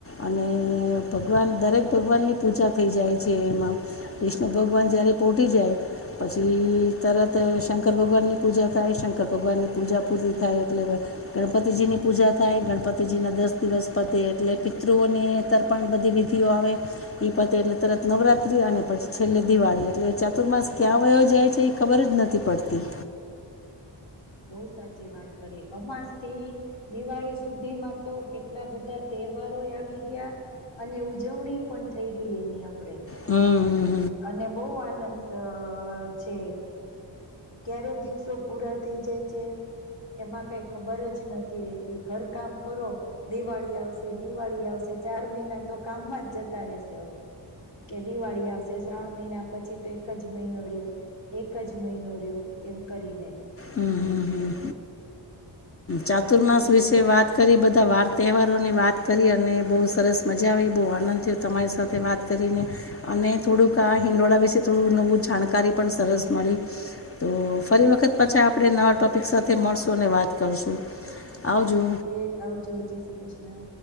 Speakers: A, on the left (about 30°); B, on the left (about 65°).
A: અને ભગવાન દરેક ભગવાનની પૂજા થઈ જાય છે એમાં વિષ્ણુ ભગવાન જ્યારે પોટીી જાય પછી તરત શંકર ભગવાન ની પૂજા થાય શંકર ભગવાન ની પૂજા પૂરી થાય એટલે ગણપતિજીની પૂજા થાય ગણપતિજીના દસ દિવસ પતે એટલે પિતૃઓને તરક પણ બધી વિધિઓ આવે ઈ પતે એટલે તરત નવરાત્રી અને પછી છેલ્લે દિવાળી એટલે ચાતુર્માસ ક્યાં વયો જાય છે એ ખબર જ નથી પડતી
B: <unintelligible> બહ સાચી વાત કરી અમાસ થી દિવાળી સુધીમાં તો કેટલા બધા તહેવાર આવી ગયા અને ઉજવણી પણ થઈ ગઈ એની આપે
A: હમ હ
B: અને બહ આનંદ છે ક્યારે દિવસો પૂરા થઇઈ જાય છે એમાં કઈ ખબર જ નથી રેતી ઘર કામ કરો દિવાળી આવશે દિવાળી આવશે ચાર મહિના તો કામમાં જતા રહેશે હવે કે દિવાળી આવશે શ્રાવણ મહિના પછી તો એક જ મહિનો રહ્યો એક જ મહિનો રહ્યો એમ કરીને
A: હમ હમ હમ
B: એમ
A: ચાતુર્માસ
B: શું છે
A: વિશે વાત કરી બધા વાર તહેવાર ની વાત કરી અને બહુ સરસ મજા આવી બહુ આનંદ થયો તમારી સાથે વાત કરીને અને થોડુંક આ હિંડોળા વિશે થોડું નવું જાણકારી પણ સરસ મળી તો ફરી વખત પછી આપણે નવા ટોપિક સાથે મળશું અને વાત કરશું આવજો
B: એ આવું જોવું જય શ્રી કૃષ્ણ